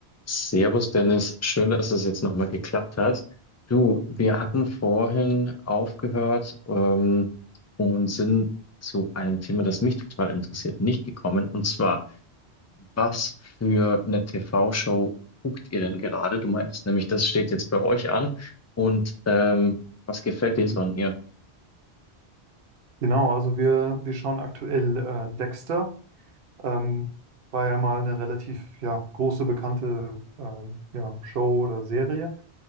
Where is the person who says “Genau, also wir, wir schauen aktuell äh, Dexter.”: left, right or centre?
Right